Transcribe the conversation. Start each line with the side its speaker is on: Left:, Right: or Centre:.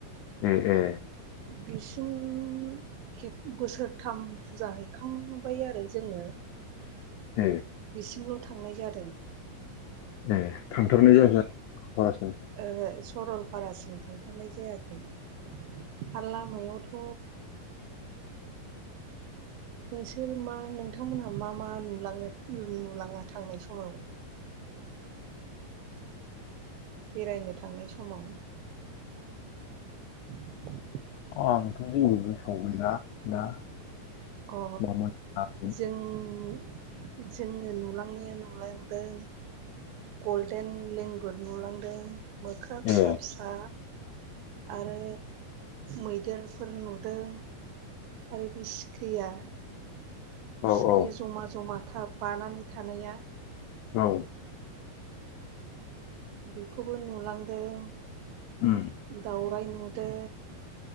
Left: ए ए
Right: बिसिम खेब बोसोरथाम फुजा हैखांबाय आरो जोङो
Left: ए
Right: बिसिमल' थांनाय जादों।
Left: ए थांथारनाय
Right: ओरै
Left: जायाखै आरो‌ सरलपा
Right: ओहो सरलपारासिम थांथारनाय जायाखै। आरो लामायावथ' नोंसोर मा नोंथांमोनहा मा मा नुलाङो नुलाङा थांनाय समावलाय? बेरायनो थांनाय समाव <inaudible> '
Left: आंथ' जेबो सावैला दा
Right: अ
Left: मामोन मामोन।
Right: जोंनि जोंङो नुलांनाया नुलांदों गल्डेन लेंगुर नुलांदों मोख्रा फिसा
Left: ए
Right: फिसा आरो मैदेरफोर नुदों आरो बे सिख्रिया
Left: औ
Right: सिख्रि
Left: औ
Right: जमा जमा थाब बानानै थानाया
Left: औव-
Right: बेखौबो नुलांदों।
Left: उम
Right: दाउराइ नुदों